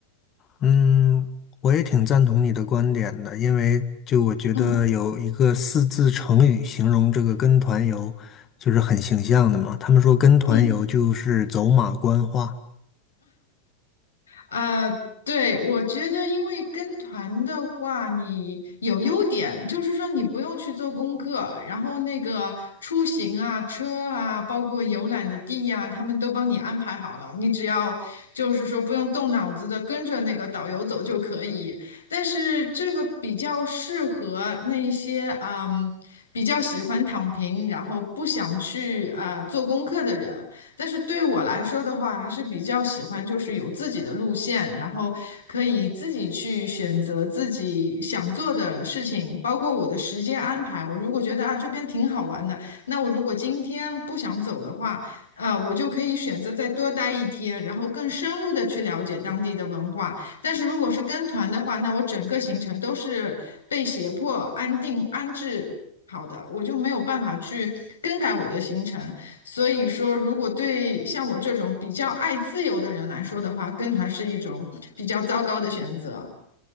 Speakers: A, on the left; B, on the left.
A: 嗯，我也挺赞同你的观点的，因为就我觉得有一个四字成语形容这个跟团游，
B: 嗯
A: 就是很形象的嘛。他们说跟团游就是走马观花。
B: 嗯。啊，对，我觉得，因为跟团的话，你有优点，就是说你不用去做功课，然后那个出行啊、车啊，包括游览的地呀、他们都帮你安排好了，你只要就是说不用动脑子的跟着那个导游走就可以。但是这个比较适合那一些嗯，比较喜欢躺平，然后不想去啊、做功课的人。但是对我来说的话，还是比较喜欢就是有自己的路线，然后可以自己去选择自己想做的事情，包括我的时间安排。我如果觉得啊这边挺好玩的，那我如果今天不想走的话，呃，我就可以选择再多待一天，然后更深入的去了解当地的文化。但是如果是跟团的话，那我整个行程都是被胁迫安定安置好的，我就没有办法去更改我的行程。所以说，如果对像我这种比较爱自由的人来说的话，跟团是一种比较糟糕的选择。